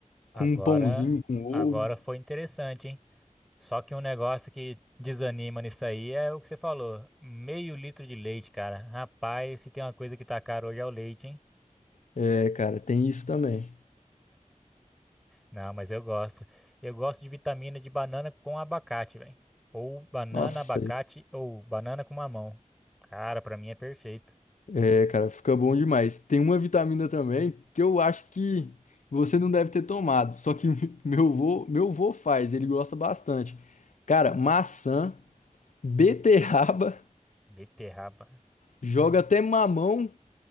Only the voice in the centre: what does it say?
Agora,
agora foi interessante, hein? Só que um negócio que desanima nisso aí é o que você falou. Meio litro de leite, cara. Rapaz, se tem uma coisa que tá caro hoje é o leite, hein?
Não, mas eu gosto. Eu gosto de vitamina de banana com abacate, velho. Ou banana,
abacate, ou banana com mamão. Cara, pra mim é perfeito.
Beterraba.